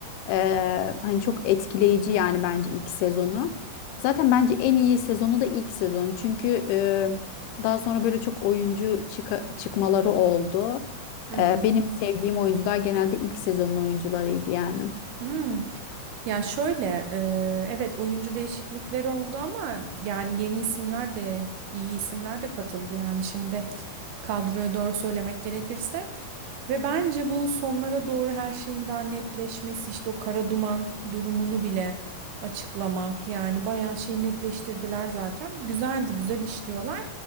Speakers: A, on the left (about 85°); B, on the right (about 80°).
A: Ee, hani çok etkileyici yani bence ilk sezonu. Zaten bence en iyi sezonu da ilk sezonu. Çünkü e, daha sonra böyle çok oyuncu çıka- çıkmaları oldu.
B: Hı
A: Ee,
B: hı.
A: benim sevdiğim oyuncular genelde ilk sezonun oyuncularıydı yani.
B: Hmm. Ya şöyle, e, evet oyuncu değişiklikleri oldu ama yani yeni isimler de iyi isimler de katıldı yani şimdi kadroya doğru söylemek gerekirse ve bence bu sonlara doğru her şeyin daha netleşmesi işte o kara duman durumunu bile açıklamak yani bayağı şeyi netleştirdiler zaten güzeldi güzel işliyorlar